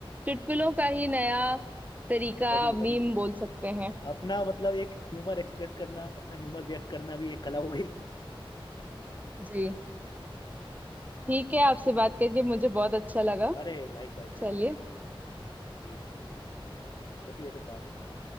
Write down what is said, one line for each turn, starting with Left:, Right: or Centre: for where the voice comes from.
Right: चुटकुलों का ही नया तरीका
Left: वही वही
Right: मीम बोल सकते हैं
Left: अपना मतलब एक ह्यूमर एक्सप्रेस करना अपना ह्यूमर व्यक्त करना भी एक कला हो गई
Right: जी ठीक है आपसे बात करके मुझे बहुत अच्छा लगा
Left: अरे लाइक वाइज
Right: चलिए
Left: ठीक ठीक ठीक होती है फिर बात होती है